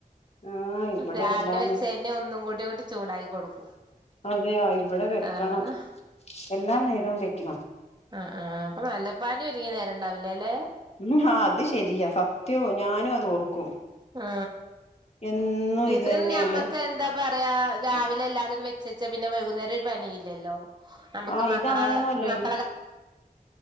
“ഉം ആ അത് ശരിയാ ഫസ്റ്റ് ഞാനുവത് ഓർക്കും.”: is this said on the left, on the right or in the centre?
Left